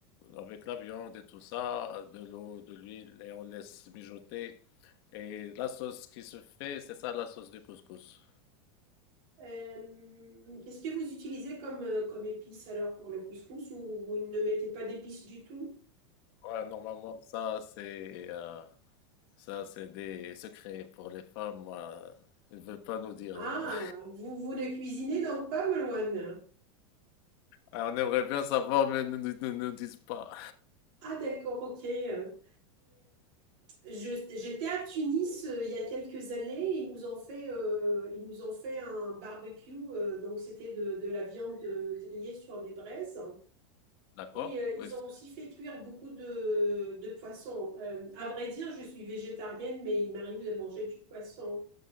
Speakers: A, on the left; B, on the right.
A: avec la viande et tout ça, de l'eau, de l'huile, et on laisse mijoter. Et la sauce qui se fait, c'est ça, la sauce du couscous.
B: Euh, qu'est-ce que vous utilisez comme, euh, comme épice alors pour le couscous ou vous ne mettez pas d'épices du tout?
A: Ouais, normalement, ça, c'est. euh, Ça, c'est des secrets pour les femmes. Moi, ils ne veulent pas nous dire.
B: Ah,
A: non. <laughs>
B: vous, vous ne cuisinez donc pas, Malouane?
A: Alors, on aimerait bien savoir, mais ils ne nous, nous- nous disent pas.
B: Ah, d'accord, ok. Euh, je- j'étais à Tunis euh, il y a quelques années. Ils nous ont fait, euh, ils nous ont fait un barbecue. euh, donc, c'était de, de la viande euh, grillée sur des braises.
A: D'accord?
B: Et euh,
A: Oui.
B: ils
A: c'est-
B: ont aussi fait cuire beaucoup de, de poissons. Euh, à vrai dire, je suis végétarienne, mais il m'arrive de manger du poisson.